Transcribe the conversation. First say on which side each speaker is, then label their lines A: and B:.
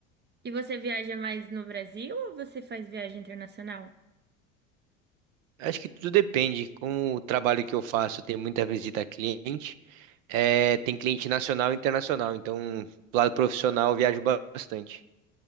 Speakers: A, on the right; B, on the right.
A: E você viaja mais no Brasil ou você faz viagem internacional?
B: Acho que tudo depende. Com o trabalho que eu faço, tem muita visita a cliente. É, tem cliente nacional e internacional. Então, do lado profissional, eu viajo ba- bastante.